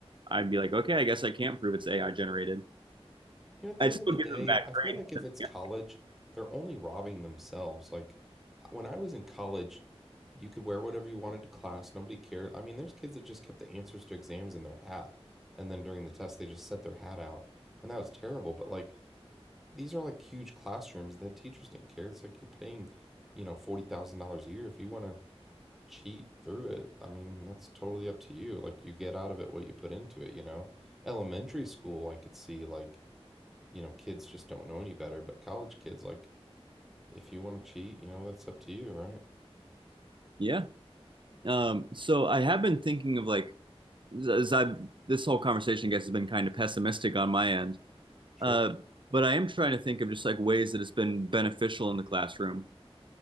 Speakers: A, on the right (about 50°); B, in the centre.
A: I'd be like, okay, I guess I can't prove it's AI generated.
B: You know, at the
A: I'd
B: end
A: still
B: of the
A: give
B: day,
A: them back
B: I feel
A: grade.
B: like if it's
A: Yeah.
B: college, they're only robbing themselves. Like uh, when I was in college, you could wear whatever you wanted to class, nobody cared. I mean, there's kids that just kept the answers to exams in their hat, and then during the test, they just set their hat out, and that was terrible. But like these are like huge classrooms that teachers didn't care. It's like you're paying, you know, $40,000 a year if you want to cheat through it. I mean, that's totally up to you. Like you get out of it what you put into it, you know. Elementary school, I could see like you know, kids just don't know any better, but college kids, like, if you want to cheat, you know, that's up to you, right?
A: Yeah. Um, so I have been thinking of like, as I this whole conversation, I guess, has been kind of pessimistic on my end.
B: Sure.
A: Uh, but I am trying to think of just like ways that it's been beneficial in the classroom